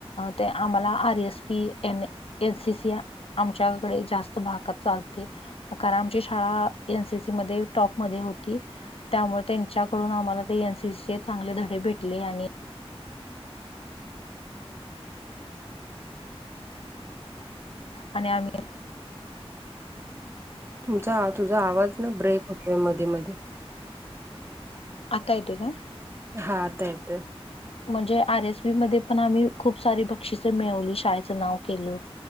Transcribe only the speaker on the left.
ते आम्हाला R S P, N N C C -- आमच्याकडे जास्त भागात चालते. कारण आमची शाळा एन सी सी मध्ये टॉपमध्ये होती. त्यामुळं त्यांच्याकडून आम्हाला -- अशे चांगले धडे भेटले आणि आणि आम्ही
आता येतोय काय?
म्हणजे आर एस बी मध्ये पण आम्ही खूप सारी बक्षिस मिळवली. शाळेचं नाव केलं.